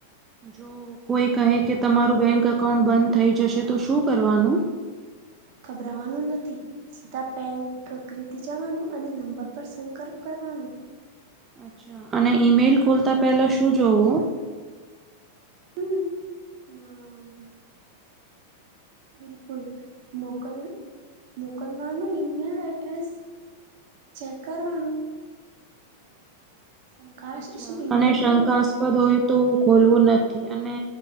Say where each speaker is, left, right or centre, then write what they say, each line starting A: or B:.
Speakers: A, on the right; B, on the right.
A: જો કોઈ કહે કે તમારું બેંક અકાઉન્ટ બંધ થઈ જશે તો શું કરવાનું?,
B: ઘભરાવાનું નથી., સીધા બેન્ક કૃતિ જવાનું અને નંબર પર સંકર્પ કરવાનો.,
A: અચ્છા અને ઈમેલ ખોલતા પહેલા શું જોવું?,
B: હમ. અ..., બિલકુલ. મોકલ મોકલનાનું ઈમેલ એડ્રેસ, ચેક કરવાનું., શંકાશ
A: અચ્છા.
B: ઈમેલ
A: અને શંકાસપદ,
B: હોય
A: <unintelligible> હોય તો ખોલવું નથી, અને